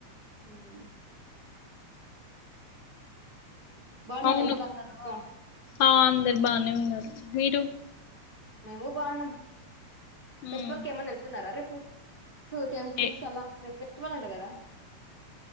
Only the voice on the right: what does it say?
హుమ్ బాగున్నారా
ఇంట్లో అందరూ
మేమూ బాగున్నాం ఫెస్టివల్
కేమన్నేళ్తున్నారా రేప్? పు స్ టెంపుల్స్
అలా రెప్ ఫెస్టివల్ అంట గదా?